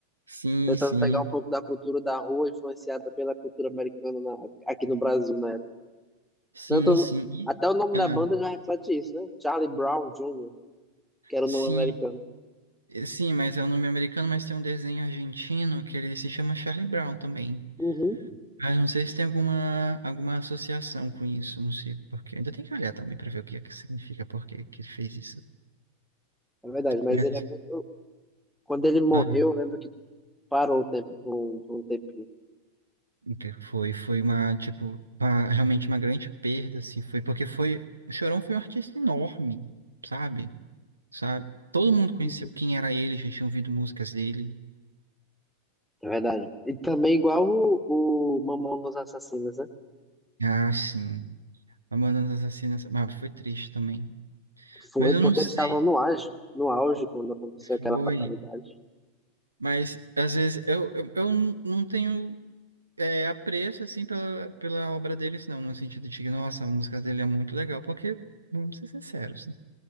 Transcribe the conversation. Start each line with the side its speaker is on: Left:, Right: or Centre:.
Right: Sim,
Centre: tentando
Right: sim.
Centre: pegar um pouco da cultura da rua, influenciada pela cultura americana na- aqui no Brasil na época.
Right: Sim,
Centre: Tanto,
Right: sim. E-
Centre: até o nome
Right: ah,
Centre: da banda já reflete isso, né? Charlie Brown Jr., que era
Right: sim.
Centre: o nome americano.
Right: Eh, Sim, mas é um nome americano, mas tem um desenho argentino que ele se chama Charlie Brown também.
Centre: Uhum,
Right: Mas não sei se tem alguma, alguma associação com isso, não sei porque. Ainda tem que olhar também para ver o que é que significa, por que que ele fez isso.
Centre: é verdade, mas
Right: Mas
Centre: ele é muito. Quando ele morreu,
Right: ah, não.
Centre: eu lembro que parou o tempo por um, por um tempinho.
Right: o que foi foi uma tipo uma- realmente uma grande perda, assim, foi porque foi o Chorão foi um artista enorme, sabe? Sabe? Todo mundo conheceu
Centre: Uhum.
Right: quem era ele, já tinha ouvido músicas dele.
Centre: É verdade. E também igual o, o Mamonas Assassinas, né?
Right: Ah, sim. Mamonas Assassinas, mas foi triste também.
Centre: Foi
Right: Mas eu
Centre: porque
Right: não sei.
Centre: eles estavam no auge, no auge quando aconteceu aquela
Right: Foi.
Centre: fatalidade.
Right: Mas às vezes eu, eu, eu não não tenho é, apreço assim pela, pela obra deles, não, no sentido de que, nossa, a música dele é muito legal, porque, vamos ser sinceros,